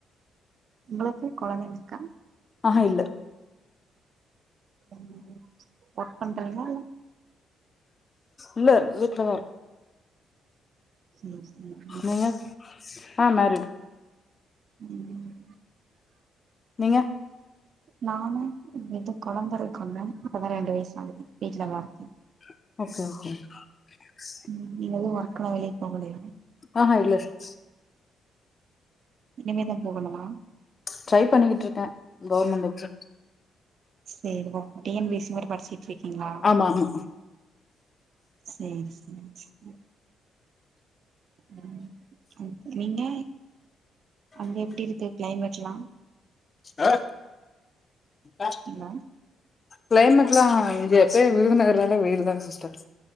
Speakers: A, on the right; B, on the left.
A: உங்களுக்கு கொழந்தைங்க இருக்கா
B: ஆஹ இல்ல
A: ம் ஒர்க் பன்றீங்ளா இல்ல
B: இல்ல வீட்லதா இருக்கே
A: ம் ம்
B: நீங்க ஆ மேரிடு
A: ம்
B: நீங்க
A: நானு இது கொழந்த இருக்கு மேம் இப்பதா ரெண்டு வயசு ஆகுது வீட்ல தா இருக்கே
B: <unintelligible>
A: ம் நீங்களு ஒர்க்குலா வெளிய போகலயா
B: ஆஹா இல்ல சிஸ்
A: இனிமேதா போகணுமா
B: ட்ரை பண்ணிக்கிட்ருக்கே கவர்மென்ட் எக்ஸா
A: சேரி போ டி என் பி சி மாரி படிச்சிட்டு இருக்கீங்களா
B: ஆமா ஆமா
A: சேரி சேரி சேரி ம் நீங்க அங்க எப்டி இருக்கு கிளைமேட்ல்லா
B: ஆ இந்தா
A: எல்லா
B: கிளைமேட்லா இங்க எப்பயு விருதுநகர்னாலே வெயிலுதா சிஸ்டர்